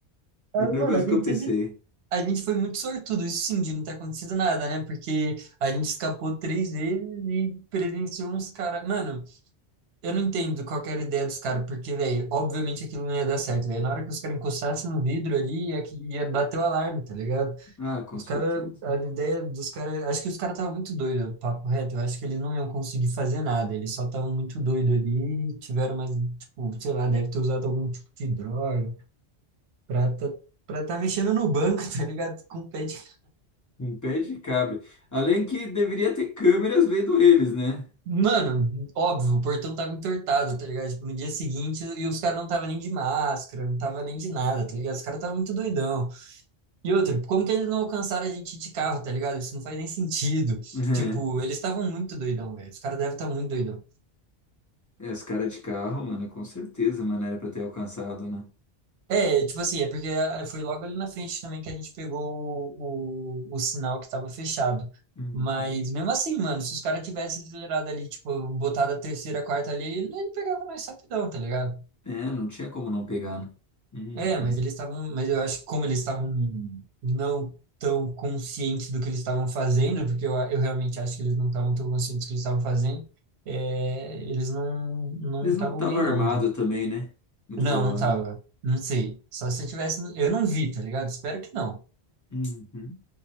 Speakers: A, on the right; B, on the left.
A: Mas,
B: Primeira
A: Mano,
B: coisa
A: a
B: que
A: gente
B: eu pensei.
A: teve- a gente foi muito sortudo, isso sim, de não ter acontecido nada, né? Porque a gente escapou três vezes e presenciou uns caras. Mano, eu não entendo qual que era a ideia dos caras, porque, velho, obviamente aquilo não ia dar certo, velho. Na hora que os caras encostassem no vidro ali, ia, que- ia bater o alarme, tá ligado?
B: Ah, com
A: Os
B: certeza.
A: caras, a ideia dos caras. Acho que os caras estavam muito doidos, papo reto. Eu acho que eles não iam conseguir fazer nada, eles só estavam muito doidos ali, e tiveram mais, tipo, sei lá, deve ter usado algum tipo de droga. Pra tá, pra tá mexendo no banco, <laughs> tá ligado? Com o pé de...
B: Um pé de cabra. Além que deveria ter câmeras vendo eles, né?
A: Mano, óbvio, o portão tava entortado, tá ligado? Tipo, no dia seguinte, e os caras não tava nem de máscara, não tava nem de nada, tá ligado? Os caras estavam muito doidão. E outra, como que eles não alcançaram a gente de carro, tá ligado? Isso não faz nem sentido.
B: <laughs>
A: Tipo, eles estavam muito doidão, velho. Os caras devem estar muito doidão.
B: É, É, os caras de carro, mano, com certeza, mano, era pra ter alcançado, né?
A: É, tipo assim, é porque ah, foi logo ali na frente também que a gente pegou o, o, o sinal que tava fechado.
B: Uhum.
A: Mas mesmo assim, mano, se os caras tivessem acelerado ali, tipo, botado a terceira, a quarta ali, ele ele pegava mais rapidão, tá ligado?
B: É, não tinha como não pegar, né? Uhum.
A: É, mas eles estavam, mas eu acho que como eles estavam não tão conscientes do que eles estavam fazendo, porque eu, eu realmente acho que eles não estavam tão conscientes do que eles estavam fazendo, é, eles não não
B: Eles
A: estavam
B: não estavam
A: bem
B: armados
A: não, mano.
B: também, né? Muito
A: Não,
B: provável.
A: não tava. Não sei. Só se eu tivesse. Eu não vi, tá ligado? Espero que não.
B: Uhum.